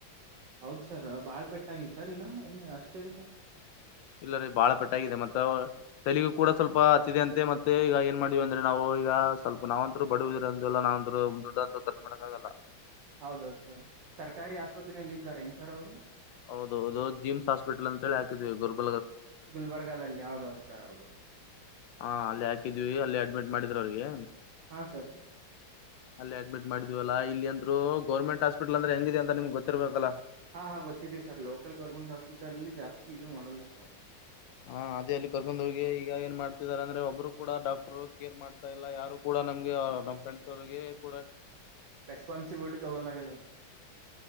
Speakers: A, on the right; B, on the left.
A: ಹೌದ ಸರ್ ಬಾಳ್ ಪೆಟ್ಟಗಿದ ಸರ್ ಇನ ಇನ್ ಅಷ್ಟೇರಿ ಸರ್
B: ಇಲ್ಲ ರೀ ಬಾಳ ಪೆಟ್ಟ ಆಗಿದೆ ಮತ್ತ ತೆಗು ಕೂಡ ಸ್ವಲ್ಪ ಹತ್ತಿದೆ ಅಂತೆ ಮತ್ತೆ ಈಗ ಏನ್ ಮಾಡವಿ ಅಂದ್ರೆ ನಾವು ಈಗ ಸ್ವಲ್ಪ ನಾವಂತೂ ಬಡವಿದರಲ್ಲ ನಾವಂದ್ರು ದುಡ್ಡ ಅಂತ ಕಟ್ ಮಾಡಕಕ್ಕಾಗಲ್ಲ
A: ಹೌದೌದು್ ಸರ್ ಸರ್ಕಾರಿ ಆಸ್ಪತ್ರಲ್ಲ ಇದ್ದಾರೆ ನ್ ಸರ್ ಅವರು
B: ಹೌದ ಹೌದು ಜಿಮ್ಸಸ್ಪಿಟಲ್ ಅಂತ ಹೇಳಿ ಹಾಕಿದವಿ ಗರ್ಬ
A: ಗುಲ್ಬರ್ಗಲ್ಲಿ ಹಾವದೌದು ಸರ್ ಹೌದು
B: ಹಾ ಅಲ್ಲಿ ಹಾಕಿದ್ವಿ ಅಲ್ಲಿ ಅಡ್ಮಿಟ್ ಮಾಡಿದ್ರ ಅವ್ರಿಗೆ
A: ಹಾ ಸರ್
B: ಅಲ್ಲಿ ಅಡ್ಮಿಟ್ ಮಾಡಿದ್ವಲ್ಲ ಇಲ್ಲಿ ಅಂದ್ ಗರ್ಮೆಟ್ ಆಸ್ಪಿಟ್ಲ್ ಅಂದ್ರೆ ಹೆಂಗಿದೆ ಅಂತಮ್ ಗೊತ್ತಿರ್ಬೇಕಲ್ಲ
A: ಹಾ ಹಾ ಗೊತ್ತಿದೆ ಸರ್ ಲೋಕಲ್ ಗೌರ್ಮೆಂಟ್ ಹಾಸ್ಪಿಟಲ್ಲ್ಲಿ ಜಾಸ್ತಿ ಇದು ಮಾಡಲ್ಲ ಸರ್
B: ಹಾ ಅದೇ ಅಲ್ಲಿ ಕರ್ಕೊಂಡ್ ಹೋಗಿ ಈಗ ಏನ್ ಮಾಡ್ತ ಅಂದ್ರೆ ಒಬ್ರು ಕೂಡ ಡಾಕ್ಟರ್ ಕೇರ್ ಮಾಡ್ತಾ ಇಲ್ಲ ಯಾರು ಕೂಡ ನಮ್ಗೆ ಅವ ನಮ್ಮ ಫ್ರೆಂಡ್ಸ್ ಅವರಿಗೆ ಕೂಡ
A: ರೆಸ್ಪಾನ್ಸಿಬಿಲಿಟಿ ದೊಗಲ್ಲೆಲ್ಲ ಅ